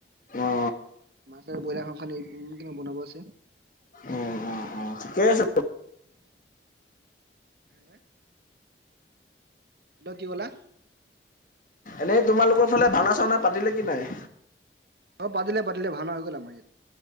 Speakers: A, on the left (about 50°); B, on the right (about 60°).
A: অ
B: মাছ আৰু ব্ৰইলাৰ ফাৰ্ম খন উম। কিন্তু বনাব আছে।
A: অ অ অ ঠিকে আছে।
B: হে হেল্ল' কি কলা?
A: এনেই তোমালোকৰ ফালে ভাওনা- চাওনা পাতিলে কি নাই?
B: অ পাতিলে, পাতিলে ভাওনা হৈ গল আমাৰ ইয়াত।